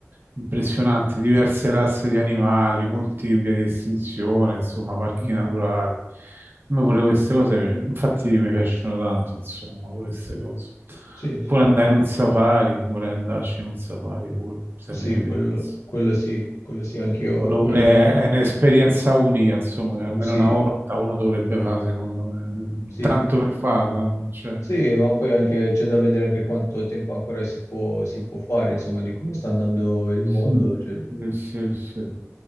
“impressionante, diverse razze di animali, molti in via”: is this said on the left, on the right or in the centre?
Right